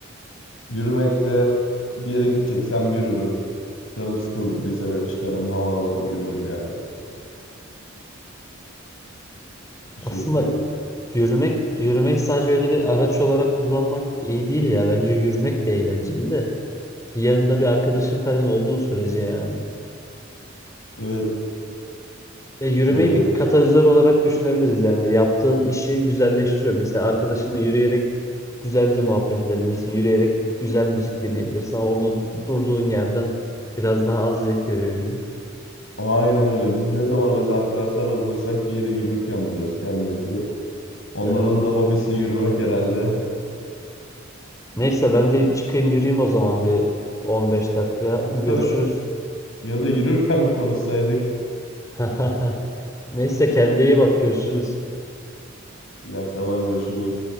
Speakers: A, on the left; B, on the left.
A: Yürümekte bir yere gideceksem yürürüm. Canım sıkıldıysa ben çıkarım, hava alırım, yürürüm yani. Bu şekilde.
B: Aslında yürümek, yürümeyi sadece öyle bir araç olarak kullanmak iyi değil ya. Bence yürümek de eğlenceli de. Yanında bir arkadaşın falan olduğu sürece yani.
A: Evet,
B: Ya yürümeyi
A: e,
B: bir katalizör olarak düşünebiliriz yani. Yaptığın işi güzelleştiriyor. Mesela arkadaşınla yürüyerek güzelce muhabbet edebilirsin. Yürüyerek güzel müzik dinleyebilirsin ama onu durduğun yerden biraz daha az zevk görüyor gibi.
A: aynen öyle. Biz ne zaman öz arkadaşlarla buluşsak bir yere yürürken buluyoruz kendimizi. Onların
B: Evet.
A: da hobisi yürümek herhalde.
B: Neyse ben de çıkayım yürüyeyim o zaman bir 15 dakika
A: <laughs> O
B: görüşürüz.
A: kadar. Ya da yürürken mi konuşsaydık?
B: <laughs> Neyse kendine iyi bak görüşürüz.
A: İyi akşamlar, görüşürüz.